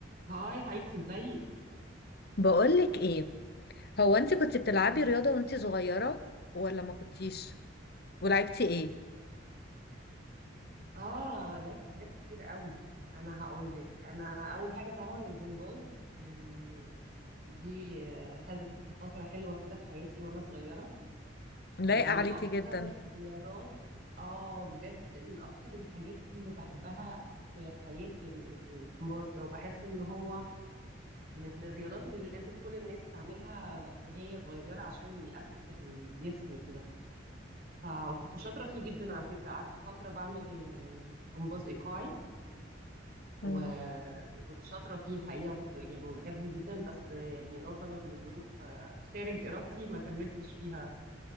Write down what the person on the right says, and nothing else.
هاي حبيبتي ازيك
مم.
اه لعبت حاجات كتير قوي انا هقول لك انا اول حاجه طبعا الجمباز يعني دي آه، خدت فتره حلوه كده في حياتي وانا صغيره
ومن
اكتر
الرياضات اه بجد من اكتر الحاجات اللي بحبها في حياتي الري- الجمباز ده وبحس ان هو من الرياضات اللي لازم كل الناس تعملها وهي صغيره عشان بيأسس الجسم كده ف- وكنت شاطره فيه جدا على فكره قعدت فتره بعمل جمباز ايقاعي
و... وكنت شاطره فيه الحقيقه وكنت يعني بحبه جدا بس يعني نظرا لظروف آه، خارج ارادتي ما كملتش فيها